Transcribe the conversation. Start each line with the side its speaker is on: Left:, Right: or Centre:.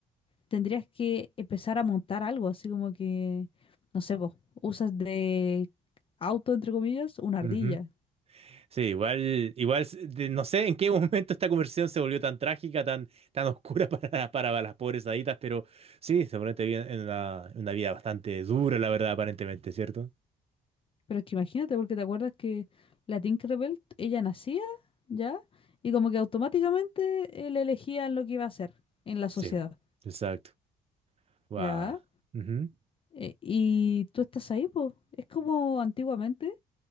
Left: tendrías que empezar a montar algo, así como que, no sé, vos, usas de auto, entre comillas, una
Right: ujú.
Left: ardilla.
Right: Sí, igual, igual, de- no sé en qué <laughs> momento esta conversión se volvió tan trágica, tan, tan oscura <laughs> para, para las pobres haditas, pero sí, se ponen en una, en una vida bastante dura, la verdad, aparentemente, ¿cierto?
Left: Pero es que imagínate, porque te acuerdas que la Tinkerbell, ella nacía, ¿ya? Y como que automáticamente él elegía lo que iba a hacer en la sociedad,
Right: Sí, exacto. Guau.
Left: ¿ya?
Right: Ujú.
Left: Eh, y tú estás ahí, pues. Es como antiguamente,